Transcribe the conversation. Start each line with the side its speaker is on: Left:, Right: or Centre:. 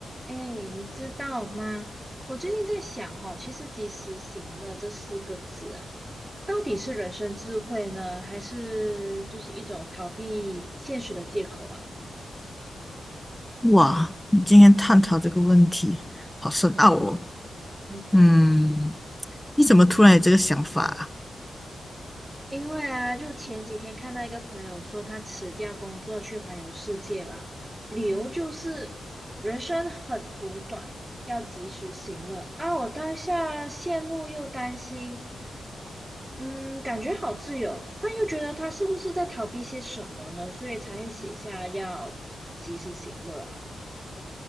Right: 哎，你知道吗？我最近在想哈，其实“及时行乐”这四个字啊，到底是人生智慧呢，还是就是一种逃避现实的借口啊？
Centre: 哇，你今天探讨这个问题，好深奥哦。
Right: 嗯，
Centre: 嗯，你怎么突然有这个想法啊？
Right: 因为啊，就前几天看到一个朋友说，他辞掉工作去环游世界啦，理由就是人生很苦短，要及时行乐啊。我当下羡慕又担心。嗯，感觉好自由，但又觉得他是不是在逃避些什么呢？所以才会写下要及时行乐啊。